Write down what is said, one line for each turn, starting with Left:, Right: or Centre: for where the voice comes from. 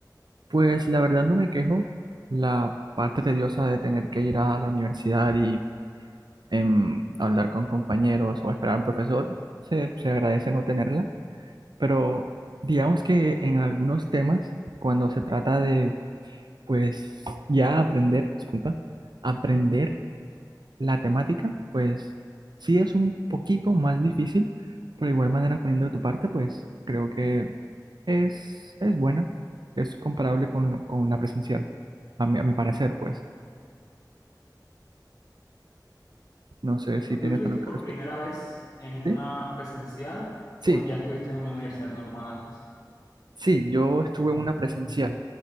Right: Pues la verdad no me quejo. La parte tediosa de tener que ir a la universidad y em, hablar con compañeros o esperar al profesor, se, se agradece no tenerla. Pero digamos que en algunos temas, cuando se trata de, pues, ya aprender, disculpa, aprender. La temática, pues sí es un poquito más difícil, pero de igual manera poniendo de tu parte, pues creo que es, es buena, es comparable con, lo- con la presencial, a mi, a mi parecer, pues. No sé si tienes
Left: ¿Tú estuviste
Right: algo que
Left: por
Right: respecto.
Left: primera vez en una
Right: ¿Sí?
Left: presencial
Right: Sí,
Left: o ya estuviste en una universidad normal antes?
Right: sí, yo estuve en una presencial.